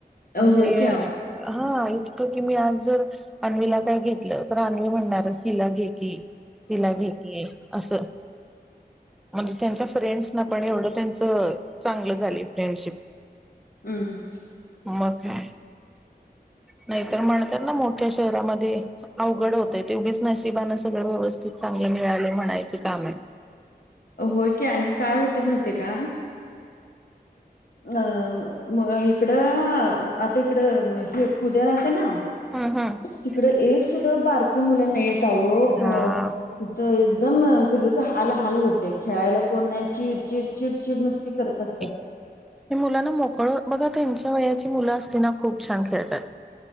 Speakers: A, in the centre; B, on the left (about 60°).
A: म्हणजे
B: होय की आओ.
A: हा इतकं की मी आज जर आन्वीला काय घेतलं, तर आन्वी म्हणणार तिला घे की. तिला घेकी. असं. म्हणजे त्यांच्या फ्रेंड्स ना पण एवढं त्यांचं, चांगलं झालय फ्रेंडशिप.
B: हम्म हं.
A: मग काय. नाहीतर म्हणतात ना मोठ्या शहरामध्ये अवघड होतय तेवढीच नशिबान सगळं व्यवस्थित चांगलं मिळाले म्हणायच काम आहे.
B: अ होय. की आणि काय होतेय माहिती का. अ म इकडं आता इकडं ह पूजा राहते ना.
A: हम्म हम्म
B: तिकड एक. सुधा बारकी मुलं नाही आहेत. आहों तिचं.
A: हा
B: एकदम पिलूच हाल-हाल होते खेळायला कोण नाय चिडचिड-चिडचिड नुसती करत असतय.
A: हे मुलांना मोकळ बघा त्यांच्या वयाची मुलं खूप छान खेळतात.